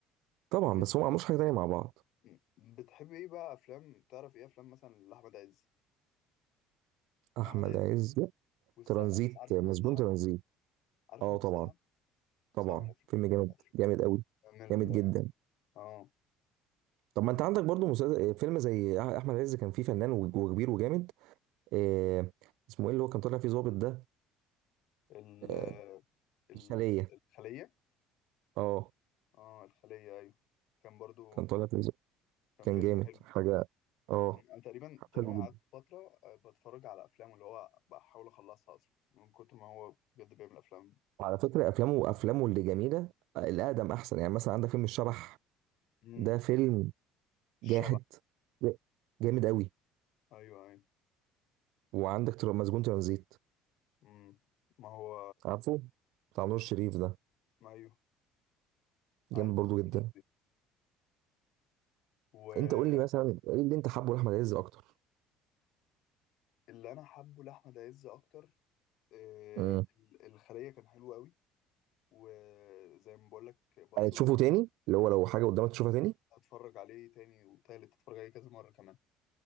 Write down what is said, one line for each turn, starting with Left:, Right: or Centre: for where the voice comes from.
Right: طبعا
Left: ليه-
Right: بس هم ما عملوش حاجه تانيه مع بعض
Left: مم. بتحب ايه بقى افلام تعرف ايه افلام مثلا لاحمد عز
Right: احمد
Left: احمد عز
Right: عز
Left: والسقا
Right: ترانزيت
Left: بس عارف
Right: مسجون
Left: المصلحه
Right: ترانزيت
Left: عارف
Right: اه
Left: المصلحه
Right: طبعا طبعا
Left: اصل عامل افلام
Right: فيلم
Left: من
Right: جامد
Left: الافلام
Right: جامد قوي
Left: من
Right: جامد
Left: ال-
Right: جدا
Left: اه
Right: طب ما انت
Left: وك-
Right: عندك برضو مسلسل آه، فيلم زي أح- احمد عز كان فيه فنان وج- وكبير وجامد آه اسمه ايه اللي هو كان طالع فيه ظابط ده
Left: ال
Right: آه
Left: ال-
Right: الخلية
Left: الخليه
Right: اه
Left: اه الخليه ايوه كان برضو
Right: كان طالع فيه ظابط.
Left: كان
Right: كان
Left: فيلم
Right: جامد
Left: حلو
Right: حاجة اه
Left: انا تقريبا تقريبا
Right: حلو جدا
Left: قعدت فتره آه، بتفرج على افلام اللي هو بحاول اخلصها اصلا من كتر ما هو بجد بيعمل افلام
Right: وعلى فكرة افلامه افلامه اللي جميلة آه، الاقدم احسن يعني مثلا عندك فيلم الشبح
Left: امم
Right: ده فيلم
Left: الشبح
Right: جاحد ج- جامد قوي
Left: ايوه ايوه
Right: وعندك تر- مسجون ترانزيت
Left: امم ما هو
Right: عارفه بتاع نور الشريف ده
Left: ما ايوه
Right: جامد
Left: عارف
Right: برضو
Left: مسجون
Right: جدا
Left: ترانزيت واللي
Right: انت قول لي مثلا ايه اللي انت حابه لاحمد عز اكتر
Left: انا حابه لاحمد عز اكتر آه،
Right: امم
Left: ال- الخليه كان حلو قوي وزي ما بقول لك برضو
Right: يعني تشوفه تاني اللي هو لو حاجه قدامك تشوفها تاني
Left: اتفرج عليه تاني وتالت اتفرج عليه كذا مرة كمان